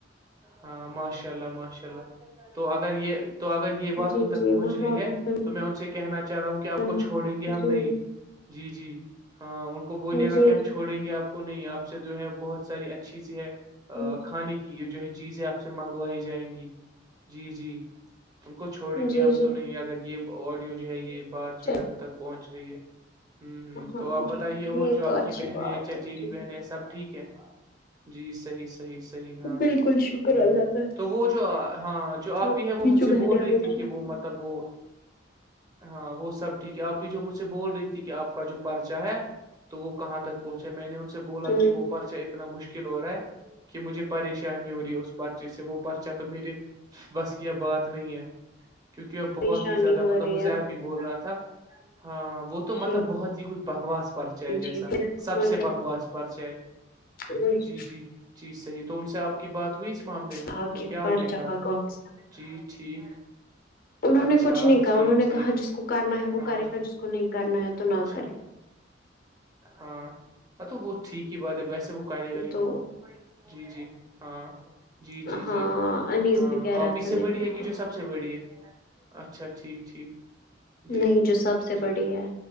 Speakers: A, on the right; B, on the left.
A: ہاں ماشاء اللہ ماشاء اللہ تو اگر یہ تو اگر یہ
B: ہزار
A: بات
B: جی
A: ان تک
B: جی
A: پہنچ
B: وہ
A: رہی
B: تو آپ
A: ہے
B: نے سنا
A: تو میں ان سے کہنا چاہ رہا ہوں کہ آپ کو
B: ہے
A: چھوڑیں گے ہم
B: جی
A: نہیں جی جی ہاں کو بولیے
B: جی
A: گا کہ ہم چھوڑیں گے آپ کو نہیں آپ سے جو ہے بہت ساری اچھی سی ہے
B: جی
A: کھانے کی جو ہے چیزیں آپ سے منگوائی جائیں گی جی جی ان کو چھوڑیں
B: جی
A: گے ہم
B: جی
A: تو نہیں اگر یہ آڈیو جو ہے یہ بات جو
B: چل
A: ہے ہم تک پہنچ رہی ہے ہوں ہ
B: ہاں
A: تو آپ بتائیے
B: جی
A: اور
B: یہ
A: جو
B: تو
A: آپ
B: اچھی
A: کی بہنیں
B: بات
A: ہیں چچیری
B: ہے جی
A: بہنیں ہیں سب ٹھیک ہیں جی صحیح صحیح صحیح ہاں
B: بالکل شکر
A: ہ
B: اللہ کا
A: تو وہ جو ہاں جو جو آپ
B: سب
A: ہی ہے
B: ٹھیک
A: وہ مجھ
B: جو
A: سے
B: بہن
A: بول
B: ہے
A: رہی تھی
B: ٹھیک
A: کہ وہ مطلب وہ ہاں وہ سب ٹھیک ہے آپ بھی جو مجھ سے بول رہی تھی کہ آپ کا جو پرچہ ہے تو وہ کہاں تک پہنچا میں نے ان سے بولا
B: ہے
A: کہ وہ پرچہ اتنا مشکل ہو رہا ہے کہ مجھے پریشانی کیا نہیں ہو رہی ہے اس پرچے سے وہ پرچا تو میرے بس یہ بات نہیں ہے کیونکہ وہ بہت
B: پریشانی
A: ہی زیادہ
B: ہو
A: مطلب
B: رہی
A: حزب
B: ہے
A: بھی بول رہا تھا ہاں وہ تو مطلب
B: جی
A: بہت ہی کچھ بکواس پرچ ہے جیسا
B: جی پھر اس کو
A: سب
B: فون
A: سے بکواس پرچ ہے
B: کیا
A: جی جی چیز صحیح تو تو ان سے آپ کی بات ہوئی اس معاملے میں
B: تھا
A: تو
B: کہ
A: کیا
B: پرچا
A: ان نے کہا
B: بکواس
A: جی ٹھیک
B: انہوں
A: اچھا
B: نے کچھ نہیں کہا
A: ٹھیک
B: انہوں نے
A: ٹھیک
B: کہا جس کو کرنا ہے وہ
A: ہاں
B: کرے گا جس کو نہیں کرنا ہے تو نہ
A: اچھا
B: کرے
A: ہاں ہاں تو وہ ٹھیک ہی بات ہے ویسے وہ کرے گا ہی
B: تو
A: کون جی جی ہاں جی جی
B: ہاں
A: جی
B: انیس
A: ہاں
B: بھی کہہ رہا
A: آپ اس
B: تھا
A: سے
B: نہیں
A: بڑی ہے کہ
B: تو
A: جو سب سب سے بڑی ہے اچھا ٹھیک ٹھیک جی
B: نہیں جو سب سے
A: جی
B: بڑی ہے